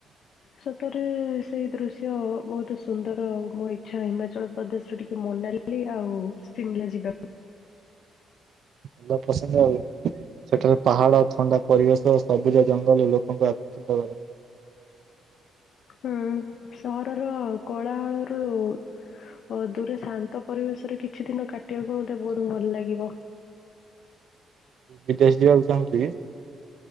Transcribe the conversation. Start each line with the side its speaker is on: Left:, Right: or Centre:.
Left: ସତରେ ସେଇ ଦୃଶ୍ୟ ବହୁତ୍ ସୁନ୍ଦର ମୋ ଇଚ୍ଛା ହିମାଚଳ ପ୍ରଦେଶରେ ଟିକେ ମନାଲି ମନାଲି ଆଉ ସିମିଲା ଯିବା।
Right: <unintelligible> ପସନ୍ଦ ଆଉ। ସେଠାରେ ପାହାଡ଼ ଥଣ୍ଡା ପରିବେଶ ଓ ସବୁଜ ଜଙ୍ଗଲ ଲୋକଙ୍କୁ ଆକ
Left: ହୁଁ ସହରର କୋଳାହଳରୁ ଓ ଦୂରେ ଶାନ୍ତ ପରିବେଶରେ କିଛି ଦିନ କାଟିବାକୁ ମତେ ବହୁତ୍ ଭଲ ଲାଗିବ।
Right: ବିଦେଶ ଯିବାକୁ ଚାହୁଁଚୁ କି?